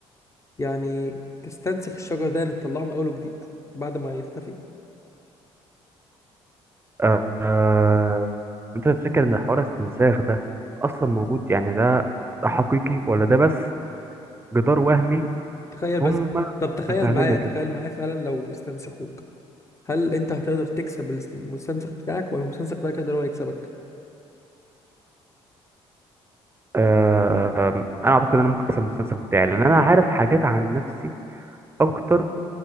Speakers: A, on the left; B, on the right.
A: يعني تستنسخ الشجر ده يعني تطلعه من اول وجديد بعد ما يختفي
B: آه آه، انت تفتكر ان حوار الاستنساخ ده اصلا موجود يعني ده ده حقيقي ولا ده بس جدار وهمي
A: تخيل
B: هم
A: بس طب تخيل
B: فاهميننا
A: معايا
B: كده
A: تخيل معايا فعلا لو استنسخوك هل انت هتقدر تكسب الاست- المستنسخ بتاعك ولا المستنسخ بتاعك هيقدر هو يكسبك
B: آه انا اعتقد ان انا ممكن اكسب المستنسخ بتاعي لان انا عارف حاجات عن نفسي اكتر